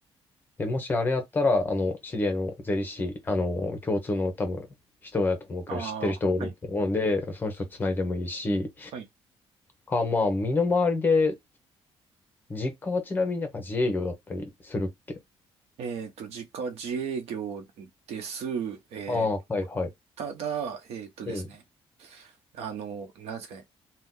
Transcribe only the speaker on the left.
で、もしあれやったら、あの、知り合いの税理士、あの、共通の多分、人だと思うけど、
知ってる人がおると思うんで、
その人繋いでもいいし、
か、まあ、身の回りで、実家はちなみになんか自営業だったりするっけ
ああー、はいはい。
うん。